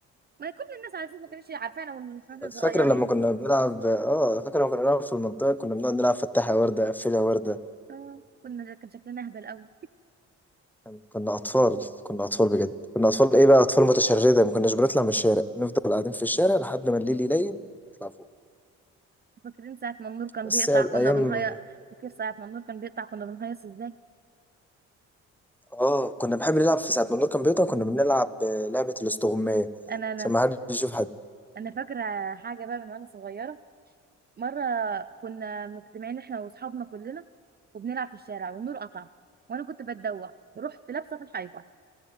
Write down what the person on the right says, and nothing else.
ما كل الناس على اساس ما كانتش عارفانا ون- واحنا صغيرين
آه، كنا كان شكلنا اهبل قوي
<laughs>
فاكرين ساعه ما النور كان
بيقطع
كنا بنهيص فاكر ساعه ما النور كان بيقطع كنا بنهيص ازاي
انا انا
انا فاكره حاجه بقى من وانا صغيره مرة كنا مجتمعين احنا واصحابنا كلنا وبنلعب في الشارع والنور قطع وانا كنت بتدوخ ورحت لابسة في الحيطة